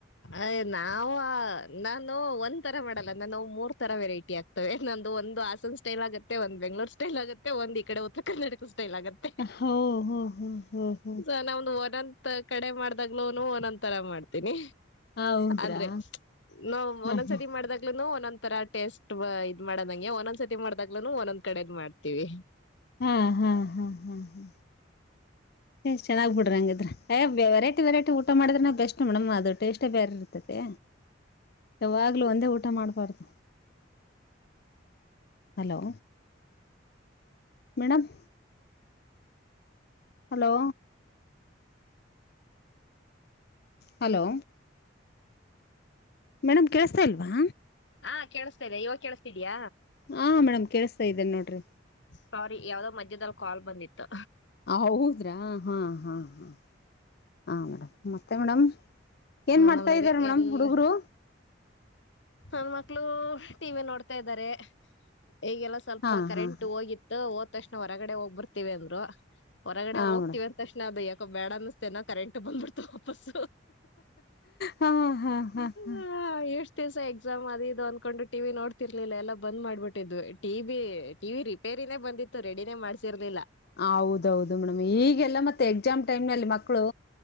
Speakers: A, on the left; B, on the left.
A: ಅಯ್ ನಾವವು ನಾನು ಒಂದ್ ತರ ಮಾಡಲ್ಲ ನಾನು ಮೂರ್ ತರ ವೆರೈಟಿ ಆಗ್ತ ನಮ್ದು ಒಂದು ಆಸಂ ಸ್ಟೈಲ್ ಆಗುತ್ತೆ ಒಂದ ಬೆಂಗಳೂರು ಸ್ಟೈಲ್ ಆಗುತ್ತೆ ಒಂದ್ ಈ ಕಡೆ ಉತ್ತರ ಕರ್ನಾಟಕ ಸ್ಟೈಲ್ ಆಗುತ್ತೆ
B: ಹ ಹ ಹ ಹ ಹ
A: ಸೊ ನಮ್ದು ಕಡೆ ಮಾಡ್ದಾಗ್ಲೂನು ಒಂದೊಂದ್ ತರ ಮಾಡ್ತೀನಿ
B: ಹೌದ್ರಾ
A: ಅಂದ್ರೆ ನಾ
B: ಹಾ
A: ಒಂದೊಂದ್ಸತಿ
B: ಹಾ
A: ಮಾಡ್ದಾಗ್ಲುೂನು ಒಂದೊಂದ ತರ ಟೇಸ್ಟ್ ಇದ್ ಮಾಡೋದಂಗೆ ಒಂದೊಂದ್ ಸತಿ ಮಾಡಿದ್ದಾಗ್ಲುನು ಒಂದೊಂದ್ ಕಡೆಗ್ ಮಾಡ್ತೀವಿ
B: ಹಾ ಹಾ ಹಾ ಹಾ ಹಾ ಹುಮ್ಮ್ ಚೆನಾಗ್ ಬಿಡ್ರಿ ಅಂಗಿದ್ರೆ ಏ ವೆರೈಟಿ ವೆರೈಟಿ ಊಟ ಮಾಡಿದ್ರೆ ಬೆಸ್ಟ್ ಮೇಡಂ ಅದು ಟೆಷ್ಟೇ ಬೇರೆ ರೀತಿ ಇರ್ತತಿ
A: ಹ <inaudible>
B: ಯಾವಾಗ್ಲೂ ಒಂದೇ ಊಟ ಮಾಡ್ಬಾರ್ದು hello madam hello hello madam ಕೇಳ್ಸ್ತಾ ಇಲ್ವಾ
A: ಹಾ ಕೇಳಿಸ್ತಿದೆ ಇವಾಗ ಕೇಳಿಸ್ತಿದಿಯ
B: ಹಾ ಮೇಡಮ್ ಕೇಳಿಸ್ತಾ ಇದ್ದೇ ನೋಡ್ರಿ
A: ಸಾರೀ ಯಾವ್ದೋ ಮಧ್ಯದಲ್ಲಿ ಕಾಲ್ ಬಂದಿತ್ತು
B: ಹೌದ್ರಾ ಹಾ ಹಾ ಹಾ ಹ ಮೇಡಮ್ ಮತ್ತೆ ಮೇಡಮ್ ಏನ್ ಮಾಡ್ತಾ
A: ನಮ್ದದೆ
B: ಇದ್ದಾರೆ ಮೇಡಮ್
A: ಎಲ್ಲ
B: ಹುಡುಗರು.
A: ನನ್ ಮಕ್ಳು ಟಿ ವಿ ನೋಡ್ತಾ ಇದ್ದಾರೆ ಈಗೆಲ್ಲ ಸ್ವಲ್ಪ
B: ಹಾ
A: ಕರೆಂಟ್
B: ಹಾ ಹಾ
A: ಹೋಗಿ. ಹೋದ್ ತಕ್ಷಣ ಹೊರಗಡೆ ಹೋಗ್ಬರ್ತತಿವಿ ಅಂದರು ಹೊರಗಡೆ
B: ಹಾ
A: ಅವ್ರು ಹೋಗ್ತಿವಿ.
B: ಮೇಡಮ್
A: ತಕ್ಷಣ ಅದು ಯಾಕ ಬೇಡ ಅನ್ನಿಸತೇನೆ ಕರೆಂಟ್ ಬಂದಬಿಡ್ತು ವಾಪಸ್
B: ಹಾ ಹಾ ಹಾ. ಹಾ
A: ಹ ಎಷ್ಟ ದಿವಸ ಎಕ್ಸಾಮ್ ಅದು ಇದು ಅಂದ್ಕೊಂಡು ಟಿವಿ ನೋಡ್ತಿರ್ಲಿಲ್ಲ ಎಲ್ಲ ಬಂದ್ ಮಾಡ್ಬಿಟ್ಟಿದ್ವಿ ಟಿವಿ ಟಿ ರಿಪೇರಿನೇ ಬಂದಿತ್ತು ರೆಡಿನೇ ಮಾಡ್ಸಿರ್ದಿಲ್ಲ
B: ಹೌದೌದು ಮೇಡಮ್ ಈಗೆಲ್ಲ ಮತ್ತೆ ಎಕ್ಸಾಮ್ ಟೈಮ್ ನಲ್ಲಿ ಮಕ್ಕಳು